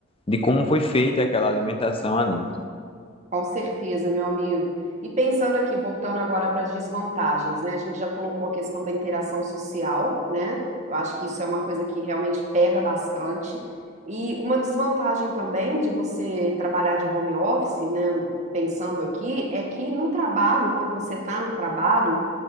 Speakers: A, on the left (about 25°); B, on the right (about 35°).
A: de como foi feita aquela alimentação ali.
B: Com certeza, meu amigo. E pensando aqui, voltando agora para as desvantagens, né? A gente já colocou a questão da interação social, né? Eu acho que isso é uma coisa que realmente pega bastante. E uma desvantagem também de você trabalhar de home office, né? Pensando aqui, é que no trabalho, quando você está no trabalho,